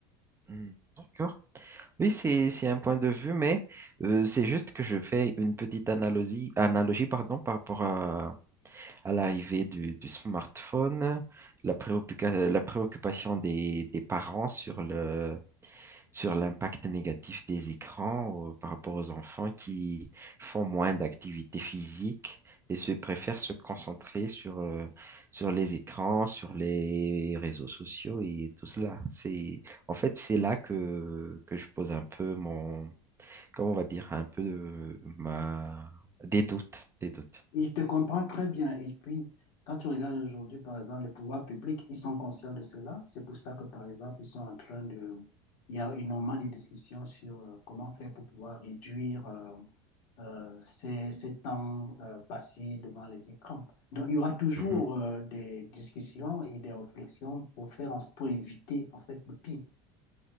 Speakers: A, on the right; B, on the left.
A: mhm. D'accord. Oui, c'est c'est un point de vue, mais euh, c'est juste que je fais une petite analogie, analogie pardon, par rapport à, à l'arrivée du, du smartphone, la préoccupa- la préoccupation des, des parents sur le, sur l'impact négatif des écrans euh, par rapport aux enfants qui font moins d'activités physiques et se préfèrent se concentrer sur, euh, sur les écrans, sur les réseaux sociaux et tout cela. C'est, en fait, c'est là que, que je pose un peu mon, comment on va dire, un peu de, ma, des doutes, des doutes.
B: Ils te comprennent très bien. Et puis, quand tu regardes aujourd'hui, par exemple, les pouvoirs publics, ils sont conscients de cela. C'est pour ça que, par exemple, ils sont en train de... Il y a énormément de discussions sur euh, comment faire pour pouvoir réduire euh, euh, ces, ces temps euh, passés devant les écrans. Donc, il y aura toujours
A: Mhm.
B: euh, des discussions et des réflexions pour faire, en- pour éviter en fait le pire.